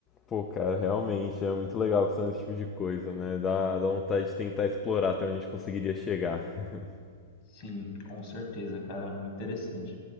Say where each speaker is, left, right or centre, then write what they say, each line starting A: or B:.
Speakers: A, on the left; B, on the left.
A: Pô, cara, realmente é muito legal pensar nesse tipo de coisa, né? Dá, dá vontade de tentar explorar até onde a gente conseguiria chegar. <laughs>
B: Sim, com certeza, cara, muito interessante.